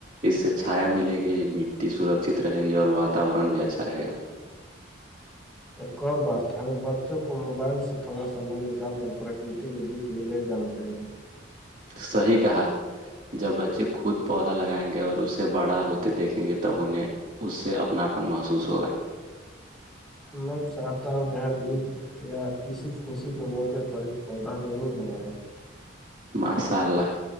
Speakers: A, on the right; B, in the centre.
A: اس سے چھایا ملے گی مٹی سرکچت رہے گی اور واتاورن بھی اچھا رہے گا
B: ایک اور بات ہے ہمیں بچوں کو موبائل سے تھوڑا سمے نکال کر پرکرتی کے بیچ جیے جانا چاہ گ
A: تو صحیح کہا ہے جب بچے خود پودا لگائیں گے اور اسے بڑا ہوتے دیکھیں گے تب انہیں اس سے اپناپن محسوس ہوگا
B: میں چاہتا ہوں کہ ہر عید یا کسی خوشی کے موقع پر ایک پودا ضرور لگائے گا
A: مساء اللہ